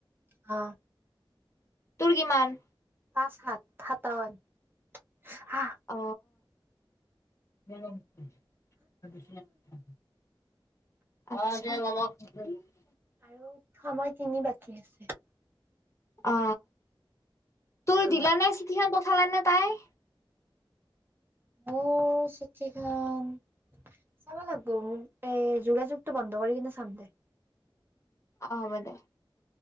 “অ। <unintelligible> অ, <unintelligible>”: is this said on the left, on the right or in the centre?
Left